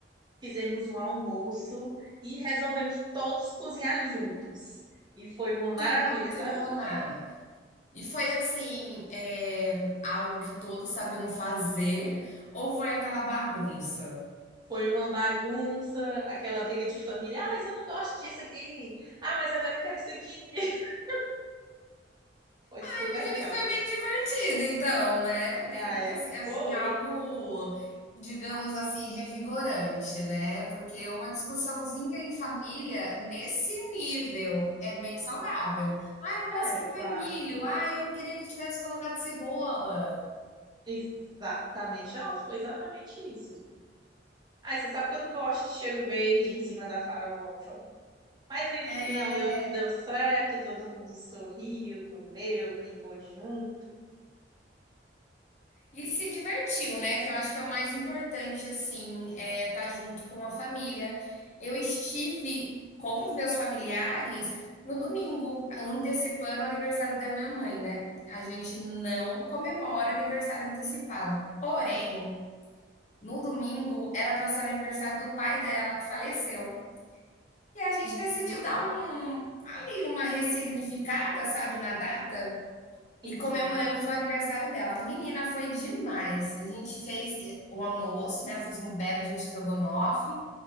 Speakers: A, on the right; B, on the left.
A: Fizemos um almoço e resolvemos todos cozinhar juntos. E foi uma maravilha,
B: Que bacana!
A: sabe?
B: E foi assim, é, algo que todos sabiam fazer ou foi aquela bagunça?
A: Foi uma bagunça, aquela briga de família. Ah, mas eu não gosto disso aqui. Ah, mas agora eu quero isso aqui. <laughs> Foi super
B: Imagino
A: legal.
B: que foi bem divertido, então, né? Bem,
A: Ah, é,
B: assim, assim,
A: foi.
B: algo, digamos assim, revigorante, né? Porque uma discussãozinha em família nesse nível é bem saudável. Ah, eu
A: É,
B: não gosto que
A: claro.
B: põe milho. Ah, eu não queria que tivesse colocado cebola.
A: Exatamente. Ó, foi exatamente isso. Ai, você sabe que eu não gosto de cheiro verde em cima da farofa. Mas aí no
B: É,
A: final deu, deu certo, todo mundo sorriu, comeu, brincou junto.
B: E se divertiu, né? Que eu acho que é o mais importante, assim, é estar junto com a família. Eu estive com os meus familiares no domingo, antecipando o aniversário da minha mãe, né? A gente não comemora aniversário antecipado. Porém, no domingo era para ser o aniversário do pai dela que faleceu. E a gente
A: Uhum.
B: decidiu dar um ali uma ressignificada, sabe, na data.
A: Enfim.
B: E comemoramos o aniversário dela. Menina, foi demais. A gente fez o almoço, né? Eu fiz um belo de um estrogonofe.